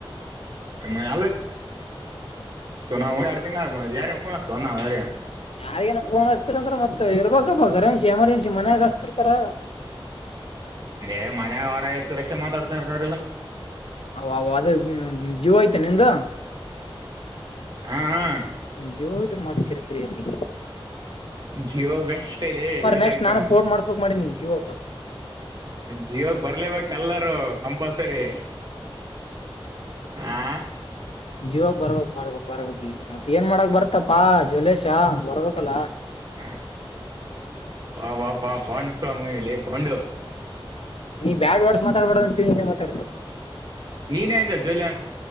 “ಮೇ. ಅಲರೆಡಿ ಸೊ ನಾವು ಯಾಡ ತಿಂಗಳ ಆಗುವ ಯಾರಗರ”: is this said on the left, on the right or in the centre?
Right